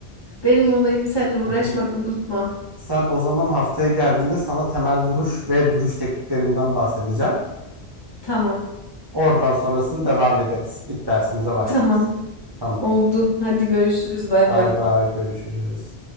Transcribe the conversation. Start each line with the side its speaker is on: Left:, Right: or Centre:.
Left: Benim olayım seninle uğraşmak
Right: Aha.
Left: unutma.
Right: Sen o zaman haftaya geldiğinde sana temel vuruş ve duruş tekniklerinden bahsedeceğim.
Left: Tamam.
Right: Oradan sonrasını devam ederiz. İlk dersimize başlarız.
Left: Tamam.
Right: Tamam.
Left: Oldu. Hadi görüşürüz. Bay
Right: Bay
Left: bay.
Right: bay görüşürüz.